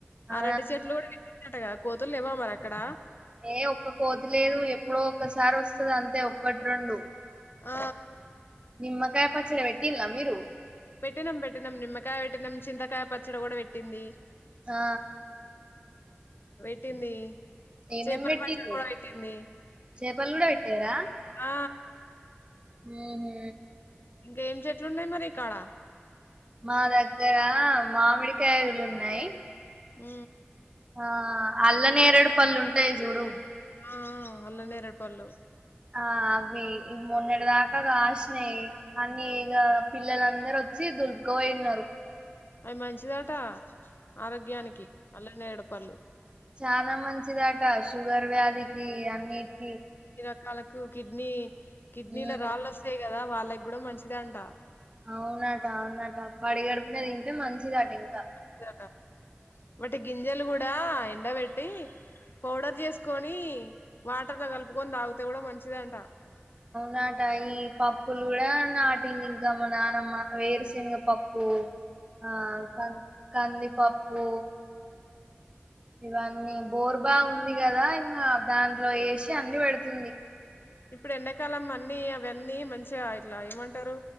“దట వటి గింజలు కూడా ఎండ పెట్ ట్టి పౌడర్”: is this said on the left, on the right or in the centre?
Left